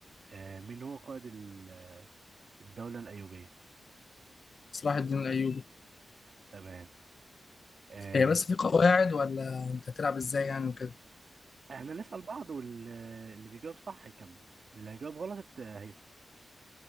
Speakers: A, on the right; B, on the left.
A: آه... مين هو قائد ال- الدولة الأيوبية؟
B: صلاح الدين الايوبي
A: تمام آه...
B: هي بس في قواعد ولا انت هتلعب ازاي يعني وكده
A: احنا نسأل بعض واللي بيجاوب صح هيكمل اللي هيجاوب غلط الت- هيسأل